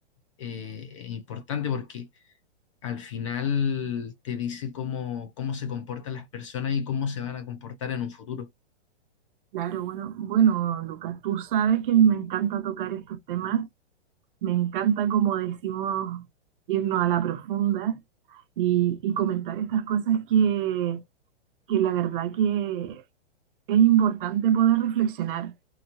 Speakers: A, on the left (about 30°); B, on the right (about 50°).
A: eh, importante, porque al final te dice cómo, cómo se comportan las personas y cómo se van a comportar en un futuro.
B: Claro, bueno, bueno, Lucas, tú sabes que me encanta tocar estos temas Me encanta, como decimos, irnos a la profunda y, y comentar estas cosas que, que la verdad que es importante poder reflexionar,